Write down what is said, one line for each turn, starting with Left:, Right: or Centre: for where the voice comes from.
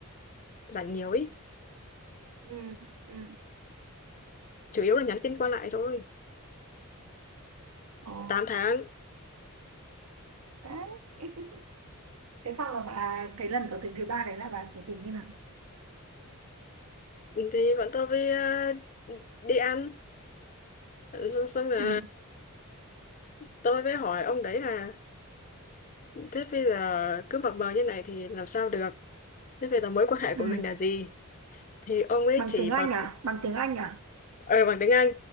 Left: rảnh nhiều ý
Right: ừ ừ
Left: chủ yếu là nhắn tin qua lại thôi
Right: ồ
Left: tám tháng
Right: đấy <laughs> thế xong là bà cái lần tỏ tình thứ ba đấy là bà tỏ tình như nào
Left: thì bọn tôi với ờ, đi ăn xong, xong là
Right: ừ
Left: tôi mới hỏi ông đấy là thế bây giờ cứ mập mờ như này thì làm sao được thế bây giờ mối quan hệ
Right: ừ
Left: của mình là gì thì ông ấy
Right: bằng
Left: chỉ
Right: tiếng Anh
Left: vào
Right: à bằng tiếng Anh à
Left: ờ bằng tiếng Anh